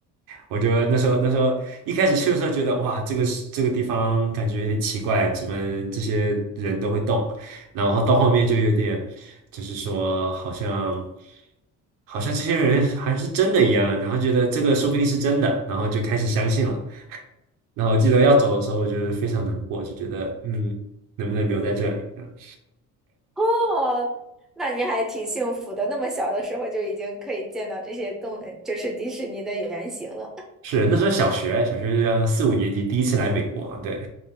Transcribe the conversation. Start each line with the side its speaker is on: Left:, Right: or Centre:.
Right: 我就那时候那时候一开始去的时候觉得哇，这个是这个地方感觉有点奇怪，怎么这些人都会动？然后到后面就有点，就是说好像好像这些人还是真的一样，然后觉得这个说不定是真的，然后就开始相信了。然后我记得要走的时候，我就是非常难过，就觉得嗯，能不能留在这里？嗯
Centre: 哦，那你还挺幸福的，那么小的时候就已经可以见到这些动，就是迪士尼的原型了。
Right: 是那时候小学小学呃四五年级第一次来美国，对，